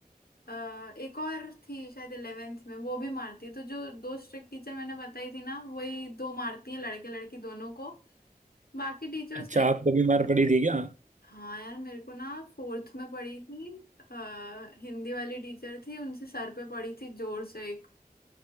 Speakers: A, on the left; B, on the right.
A: अ, एक और थी शायद इलेवेंथ में वो भी मारती है तो जो दो स्ट्रिक्ट टीचर मैंने बताई थी ना वही दो मारती हैं लड़के लड़की दोनों को बाकी टीचर्स
B: अच्छा
A: तो ऐसे-
B: आपको भी मार पड़ी थी क्या
A: हाँ यार मेरे को ना फोर्थ में पड़ी थी आ, हिंदी वाली टीचर थी उनसे सर पे पड़ी थी जोर से एक